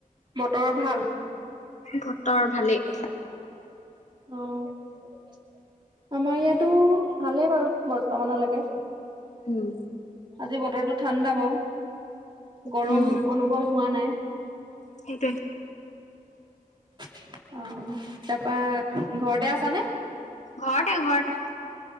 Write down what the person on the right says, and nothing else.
বতৰ ভাল
অহ আমাৰ ইয়াতো ভালেই বাৰু বৰ্তমানলৈকে
আজি বতৰটো ঠাণ্ডা বাও গৰম
অনুভৱ হোৱা নাই
অ, তাৰপা ঘৰতে আছা নে?